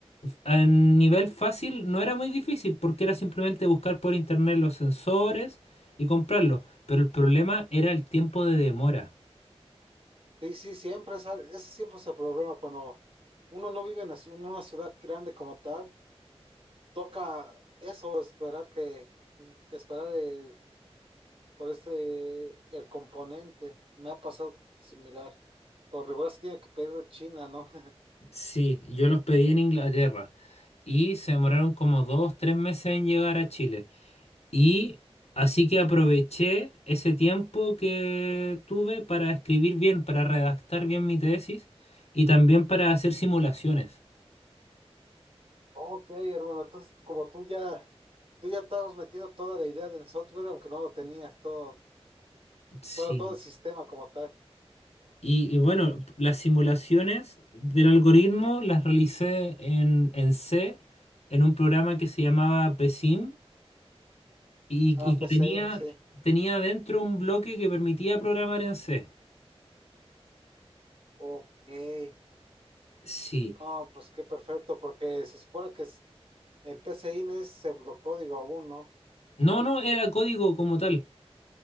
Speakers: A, on the left; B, on the right.
A: en nivel fácil no era muy difícil porque era simplemente buscar por internet los sensores y comprarlos. Pero el problema era el tiempo de demora.
B: Sí, sí, siempre, es al- ese siempre es el problema cuando uno no vive en la ci- en una ciudad grande como tal, toca eso, esperar que, que esperar el por ese, el componente. Me ha pasado similar. Por regular se tiene que pedir de China, ¿no? <laughs>
A: Sí, yo los pedí en Inglaterra y se demoraron como dos, tres meses en llegar a Chile. Y así que aproveché ese tiempo que tuve para escribir bien, para redactar bien mi tesis y también para hacer simulaciones.
B: Ok, hermano, entonces como tú ya, tú ya estabas metiendo toda la idea del software, aunque no lo tenías todo,
A: Sí.
B: bueno, todo el sistema como tal.
A: Y, y bueno, las simulaciones del algoritmo las realicé en, en C, en un programa que se llamaba PSIM y,
B: Ah,
A: y que
B: PCIM,
A: tenía,
B: sí.
A: tenía dentro un bloque que permitía programar en C.
B: Ok.
A: Sí.
B: No, pues qué perfecto, porque se supone que es- el PCIM es pseudocódigo aún, ¿no?
A: No, no, era código como tal.